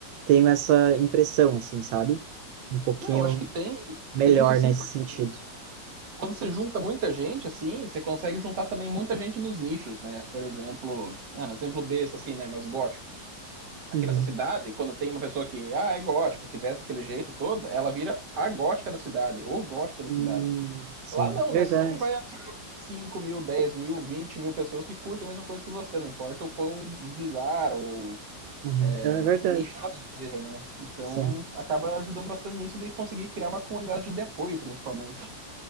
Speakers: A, on the right; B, on the right.
A: tenho essa impressão, assim, sabe? Um pouquinho
B: Não, acho que tem,
A: melhor
B: tem isso sim,
A: nesse
B: porque
A: sentido.
B: quando você junta muita gente, assim, você consegue juntar também muita gente nos nichos, né? Por exemplo, ah, um exemplo besta, assim, né? Mas góticos. aqui
A: Uhum.
B: nessa cidade, quando tem uma pessoa que ah, é gótica, se veste daquele jeito todo, ela vira a gótica da cidade, ou gótico da
A: Hum,
B: cidade.
A: sim,
B: Lá não,
A: verdade.
B: né? Você sempre vai achar cinco mil, dez mil, vinte mil pessoas que curtem a mesma coisa que você, não importa o quão bizarro ou
A: Uhum. É
B: é,
A: verdade.
B: nichado seja, né? Então
A: Sim.
B: acaba ajudando bastante nisso de conseguir criar uma comunidade de apoio, principalmente.